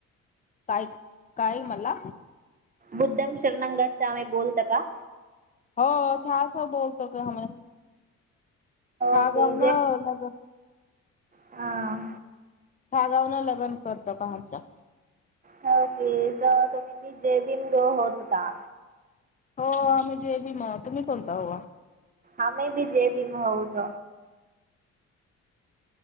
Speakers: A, on the left (about 25°); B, on the right (about 30°).
A: काय- काय मला.
B: बुद्धम् शरणम् गच्छामि बोलता का?
A: हो <unintelligible> बोलतो काम हा
B: ओके
A: गाव न लग.
B: हा.
A: <unintelligible> लग्न करतो का आमचा
B: हो क तर तुम्ही बी जय भीम बी ग होत का?
A: हो आम्ही जय भीम मग तुम्ही कोणता होवा?
B: आम्ही बी जय भीम आहोत.